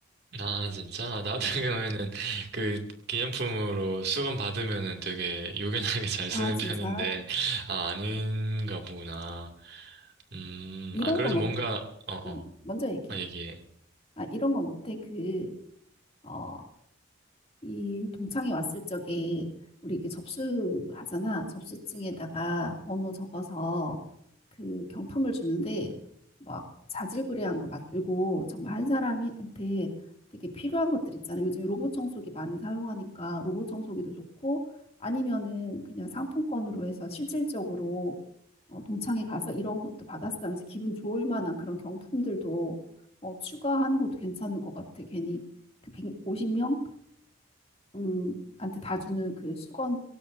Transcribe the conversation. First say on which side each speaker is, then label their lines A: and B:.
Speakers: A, on the right; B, on the left.
A: 아, 진짜? 아, 나 같은
B: 음.
A: 경우에는 그 기념품으로 수건 받으면은 되게 요긴하게 잘
B: 아,
A: 쓰는
B: 진짜.
A: 편인데, 아, 아닌가 보구나. 음,
B: 이런
A: 아, 그래도
B: 건, 어,
A: 뭔가, 어, 어,
B: 음, 먼저 얘기해.
A: 아, 얘기해.
B: 아, 이런 건 어때? 그, 어, 이 동창이 왔을 적에 우리 이게 접수하잖아. 접수증에다가 번호 적어서 그 경품을 주는데 막 자질구레한 거 말고 정말 한 사람한테 되게 필요한 것들 있잖아. 요즘 로봇 청소기 많이 사용하니까 로봇 청소기도 좋고 아니면은 그냥 상품권으로 해서 실질적으로 어, 동창회 가서 이런 것도 받았어 하면서 기분 좋을 만한 그런 경품들도 어, 추가하는 것도 괜찮을 것 같아. 괜히 그 150명? 음, 한테 다 주는 그 수건,